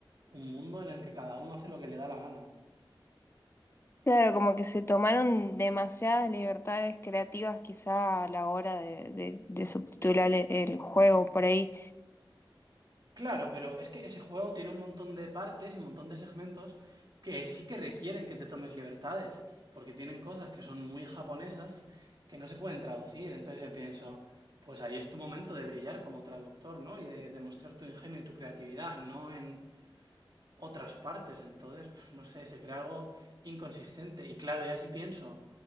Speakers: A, on the right; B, on the left.
A: un mundo en el que cada uno hace lo que le da la gana.
B: Claro, como que se tomaron demasiadas libertades creativas quizá a la hora de, de- de subtitular el, el juego por ahí.
A: Claro, pero es que ese juego tiene un montón de partes y un montón de segmentos que sí que requieren que te tomes libertades, porque tienen cosas que son muy japonesas que no se pueden traducir. Entonces yo pienso, pues ahí es tu momento de brillar como traductor, ¿no? Y de demostrar tu ingenio y tu creatividad, no en otras partes. Entonces, pf, no sé, se crea algo inconsistente. Y claro, ya si pienso